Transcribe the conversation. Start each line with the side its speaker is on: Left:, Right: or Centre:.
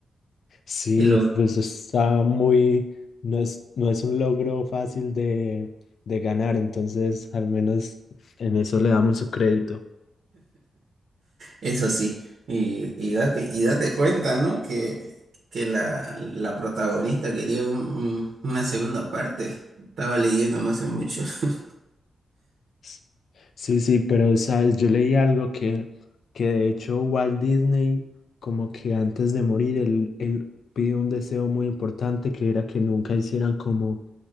Left: Sí,
Right: y lo
Left: pues está muy, no es, no es un logro fácil de, de ganar, entonces al menos en eso le damos su crédito.
Right: Eso sí, y, y date, y date cuenta, ¿no? Que, que la, la protagonista quería un- un- una segunda parte. Estaba leyendo no sé mucho. <laughs>
Left: S- Sí, sí, pero sabes, yo leí algo que, que de hecho Walt Disney, como que antes de morir, él, él pidió un deseo muy importante que era que nunca hicieran como